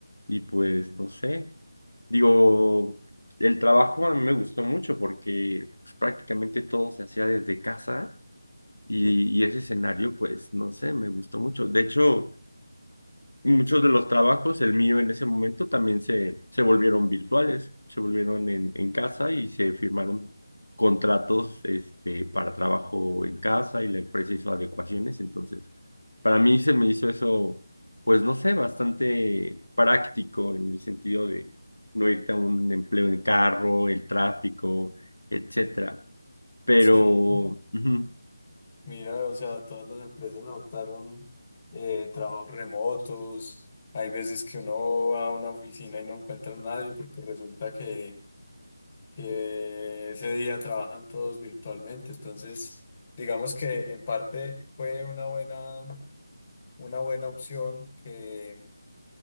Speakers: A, on the left; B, on the left.
A: y pues, no sé. Digo, el trabajo a mí me gustó mucho porque pues, prácticamente todo se hacía desde casa y, y ese escenario, pues, no sé, me gustó mucho. De hecho, Muchos de los trabajos, el mío en ese momento, también se, se volvieron virtuales, se volvieron en, en casa y se firmaron contratos este, para trabajo en casa y la empresa hizo adecuaciones. Entonces, para mí se me hizo eso, pues no sé, bastante práctico en el sentido de no irte a un empleo en carro, el tráfico, etcétera. Pero,
B: Sí,
A: ujú,
B: mira, o sea, todas las empresas adoptaron eh, trabajos remotos. Hay veces que uno va a una oficina y no encuentra a nadie porque resulta que, que ese día trabajan todos virtualmente. Entonces, digamos que en parte fue una buena. una buena opción que